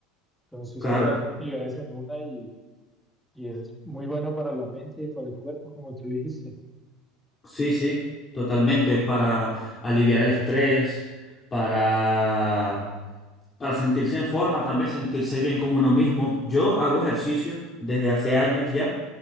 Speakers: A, in the centre; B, on the left.
A: Entonces
B: Claro.
A: son dos actividades en una y, y eso es muy bueno para la mente y para el cuerpo, como tú dijiste.
B: Sí, sí, totalmente, para aliviar el estrés, para, para sentirse en forma también, sentirse bien con uno mismo. Yo hago ejercicio desde hace años ya